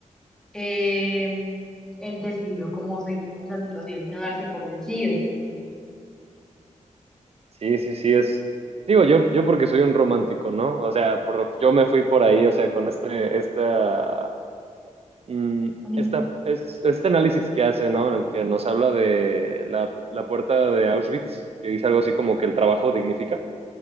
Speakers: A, in the centre; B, on the right (about 50°).
A: eh, él decidió cómo seguir en esa situación, no darse por vencido.
B: sí, sí, sí, es... Digo, yo, yo porque soy un romántico, ¿no? O sea, por- yo me fui por ahí, o sea, con este, esta Mm,
A: Ujú,
B: esta, es, este análisis que hace, ¿no? En el que nos habla de la, la, puerta de Auschwitz, que dice algo así como que el trabajo dignifica,